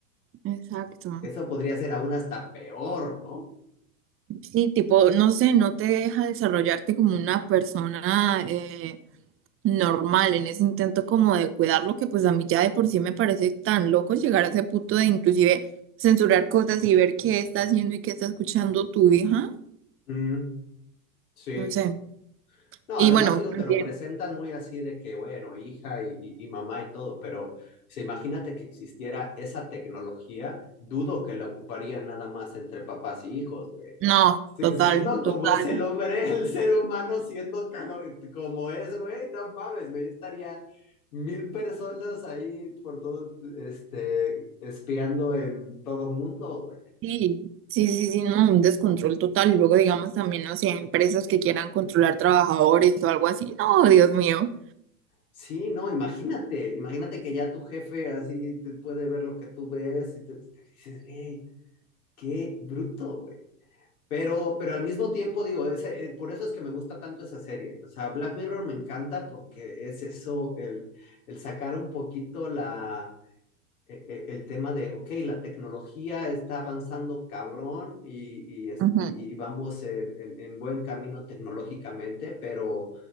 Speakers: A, on the right; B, on the left.
A: Exacto.
B: Eso podría ser aún hasta peor, ¿no?
A: Sí, tipo, no sé, no te deja desarrollarte como una persona, eh, normal, en ese intento como de cuidarlo, que pues a mí ya de por sí me parece tan loco llegar a ese punto de inclusive censurar cosas y ver qué está haciendo y qué está escuchando tu hija,
B: Mm, sí.
A: no sé.
B: No,
A: Y
B: además
A: bueno,
B: digo,
A: también,
B: te lo presentan muy así de que, bueno, hija y, y- y mamá y todo, pero se imagínate que existiera esa tecnología, dudo que la ocuparían nada más entre papás y hijos, güey.
A: no,
B: Si-
A: total,
B: Siendo como
A: total.
B: es el hombre, <laughs> el ser humano, siendo caro- como es, güey, no mames, güey, estaría mil personas ahí por todo, este, espiando en todo mundo,
A: Sí, sí, sí, sí, no, un descontrol total. Y luego digamos también, no sé, empresas que quieran controlar trabajadores o algo así, no, Dios mío.
B: Sí, no, imagínate, imagínate que ya tu jefe así te puede ver lo que tú ves y te, te dices, güey, qué bruto, güey. Pero, pero al mismo tiempo digo, ese- eh, por eso es que me gusta tanto esa serie. O sea, Black Mirror me encanta porque es eso, el, el sacar un poquito la, eh, eh, el tema de, ok, la tecnología está avanzando cabrón y, y, es-
A: Ujú.
B: y- y vamos en, en- en buen camino tecnológicamente, pero